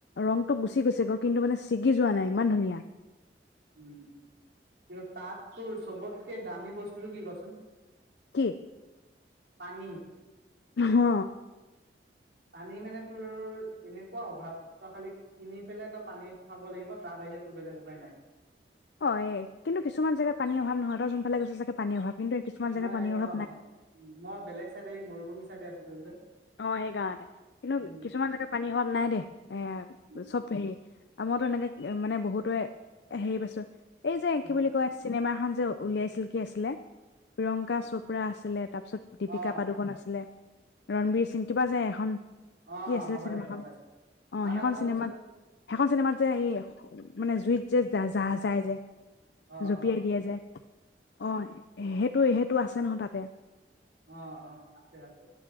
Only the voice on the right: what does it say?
উম উ কি তাত তোৰ চবতকে দামী বস্তুটো কি কচোন
পানী
পানী মানে তোৰ এনেকুৱা অভাৱ তই খালি কিনি পেলাই তই পানী খাব লাগিব তাৰ বাহিৰে তোৰ বেলেগ উপায় নাই
মই
ত
অ
মই বেলেগ চাইডে মৰুভূমি চাইডে আছিলো যে
উম,
উম,
উম,
অ',
অ',
হ'ব
দে গম পাইছোঁ।
আৰু
এটা কথা
শুনচোন
অ',
অ',
অ অ আছে আছে